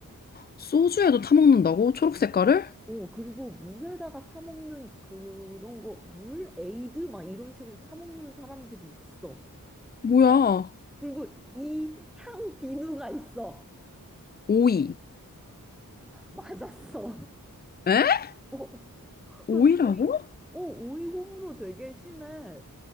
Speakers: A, on the left; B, in the centre.
A: 소주에도 타먹는다고? 초록 색깔을?
B: 오 그리고 물에다가 타 먹는 그런 거 물 에이드 막 이런 식으로 타 먹는 사람들이 있어
A: 뭐야,
B: 그리고 이 향 비누가 있어
A: 오이.
B: 맞았어
A: 에?
B: <laughs> 어.
A: 오이라고?
B: 그 오이, 어, 오이 호불호 되게 심해.